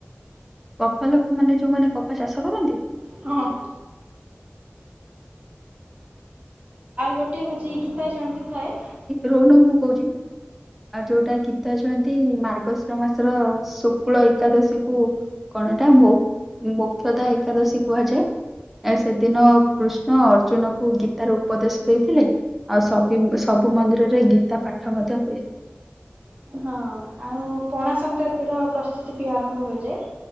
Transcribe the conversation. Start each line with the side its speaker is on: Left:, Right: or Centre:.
Centre: କପା ଲୋକମାନେ ଯୋଉମାନେ କପା ଚାଷ କରନ୍ତି?
Right: ହଁ ଆଉ ଗୋ ଟେ ହଉଚି ଗୀତା ଜୟନ୍ତି ଥାଏ।
Centre: ରୋଉନ ମୁଁ କଉଚି ଆଉ ଯୋଉଟା ଗି ଗିତା ଜୟନ୍ତି ମାର୍ଗଶିର ମାସର ଶୁକ୍ଳ ଏକାଦଶୀ କୁ କଣ ଏଟା ମହୁ ମୁକ୍ଷତା ଏକାଦଶୀ କୁହାଯାଏ। ଏ ସେଦିନ କୃଷ୍ଣ ଅର୍ଜୁନ କୁ ଗୀତାର ଉପଦେଶ ଦେଇଥିଲେ ଆଉ ସ କିମ୍ ସବୁ ମନ୍ଦିରରେ ଗୀତା ପାଠ ମଧ୍ୟ ହୁଏ।
Right: ହଁ ଆଉ ପଣା ସଂକ୍ରାନ୍ତିର ପ୍ରସ୍ତୁତି ବି ଆରମ୍ଭ ହୋଇଯାଏ।